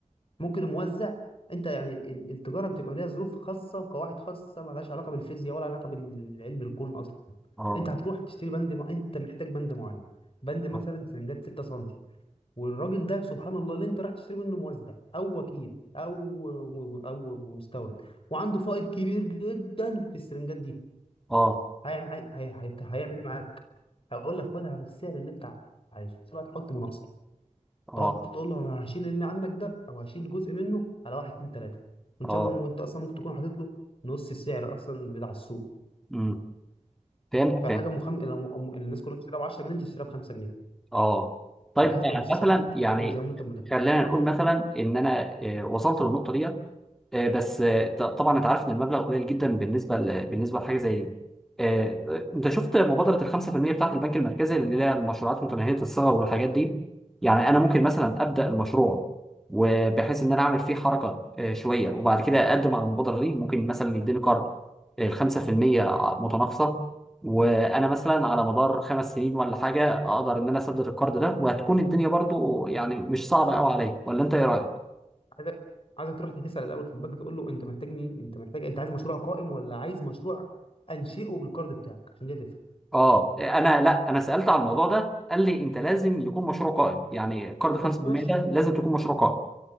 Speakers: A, on the left; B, in the centre.
A: ممكن الموزع انت يعني ال- التجاره بتبقى ليها ظروف خاصه وقواعد خاصه مالهاش علاقه بالفيزياء ولا علاقه بالعلم الكون اصلا
B: اه
A: انت هتروح تشتري بند مع... انت محتاج بند معين بند مثلا
B: اه
A: سرنجات 6 سم والراجل ده سبحان الله اللي انت راح تشتري منه موزع او وكيل او او مستورد وعنده فائض كبير جدا في السرنجات دي
B: اه
A: هيعمل هي- هي- هيعمل ايه معاك؟ هيقول لك خدها بالسعر اللي انت عايزه بس بقى تحط مناقصه
B: اه
A: تقعد تقول له انا هشيل اللي عندك ده او هشيل جزء منه على واحد اتنين تلاته وان
B: اه
A: شاء الله مو- انت اصلا ممكن تكون حاطط له نص السعر اصلا بتاع السوق
B: امم فهمت
A: فالحاجه
B: فهمت
A: مخم... الناس كلها بتشتريها ب 10 جنيه انت تشتريها ب 5 جنيه
B: اه طيب
A: فالحسبه
B: آه،
A: مش
B: مثلا
A: ثابته
B: يعني
A: قوي زي ما انت متخيل
B: خلينا
A: فاهم
B: نقول مثلا ان انا آه، وصلت للنقطه ديت آه، بس آه، ط- طبعا انت عارف ان المبلغ قليل جدا بالنسبه ل... بالنسبه لحاجه زي دي آه، آه، انت شفت مبادره ال 5% بتاعت البنك المركزي اللي هي المشروعات متناهيه الصغر والحاجات دي يعني انا ممكن مثلا ابدا المشروع وبحيث ان انا اعمل فيه حركه آه، شويه وبعد كده اقدم على المبادره دي ممكن مثلا يديني قرض ال 5% ع- متناقصه وانا مثلا على مدار خمس سنين ولا حاجه اقدر ان انا اسدد القرض ده وهتكون الدنيا برضو يعني مش صعبه قوي عليا ولا انت ايه رايك؟
A: عايزك عايزك تروح تسال الاول في البنك تقول له انت محتاجني انت محتاج انت عايز مشروع قائم ولا عايز مشروع انشئه بالكارد بتاعك عشان دي هتفرق
B: اه انا لا انا سالت على الموضوع ده قال لي انت لازم يكون مشروع قائم يعني كارد 5%
A: بس ماشي
B: ده لازم تكون مشروع قائم